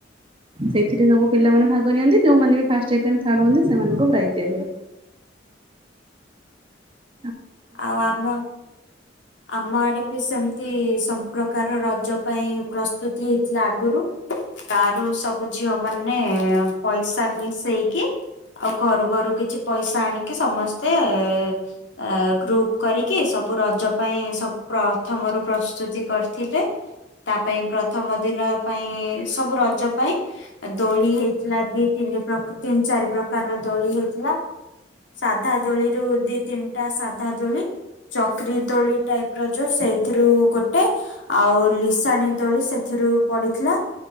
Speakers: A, on the right; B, on the left.
A: ସେଇଥିରେ ସବୁ ପିଲାମାନେ ଭାଗ ନିଅନ୍ତି ଯୋଉମାନେ ବି ଫାଷ୍ଟ ସେକେଣ୍ଡ ଥଡ ହୁଅନ୍ତି ସେମାନଙ୍କୁ ପ୍ରାଇଜ ଦିଆଯାଏ। ହଁ।
B: ଆଉ ଆମ ଆମ ଆଡେ ବି ସେମିତି ସବୁ ପ୍ରକାର ରଜ ପାଇଁ ପ୍ରସ୍ତୁତି ହେଇଥିଲା ଆଗରୁ ଗାଁ ର ସବୁ ଝିଅ ମାନେ ପଇସା ମିଶେଇକି ଆଉ ଘରୁ ଘରୁ କିଛି ପଇସା ଆଣିକି ସମସ୍ତେ ଅ <inaudible> ଗ୍ରୁପ କରିକି ସବୁ ରଜ ପାଇଁ ସବୁ ପ୍ରଥମରୁ ପ୍ରସ୍ତୁତି କରିଥିଲେ ତା ପାଇଁ ପ୍ରଥମ ଦିନ ପାଇଁ ସବୁ ରଜ ପାଇଁ ଦୋଳି ହେଇଥିଲା ଦି ତିନି ପ୍ର ତିନି ଚାରି ପ୍ରକାର ର ଦୋଳି ହେଇଥିଲା ସାଧା ଦୋଳିରୁୁ ଦି ତିନିଟା ଦୋଳି ଚକ୍ରି ଦୋଳି ଟାଇପର ଯୋଉ ସେଇଥିରୁ ଗୋଟେ ଆଉ ଲିସାଣିୀ ଦୋଳି ସେଥିରୁ ପଡିଥିଲା।